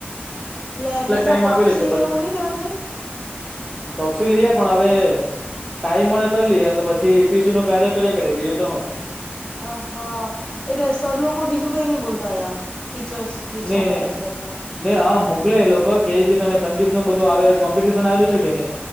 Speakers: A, on the left; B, in the centre.
A: ને બીજા
B: ટાઈમ
A: પ્રોક્સી
B: આપેલું છે
A: ને એવું ની લેવા જાય.
B: પ્રોકસી લઈએ પણ હવે ટાઈમ મળે તો જ લઈએ ની તો પછી એપીસી નું કાર્ય કર્યા કરે બીજું તો હું.
A: અ હા એટલે સર લોકો બીજું કઈ નઈ બોલતા અયા ટીચર્સ જે છે
B: નહી
A: મેનેજમેન્ટ
B: નહી
A: માં
B: ને હા મોકલે એ લોકો કેય કે તમે સંગીત ને બધું આવે કોમ્પિટિશન આવેલી છે કે ની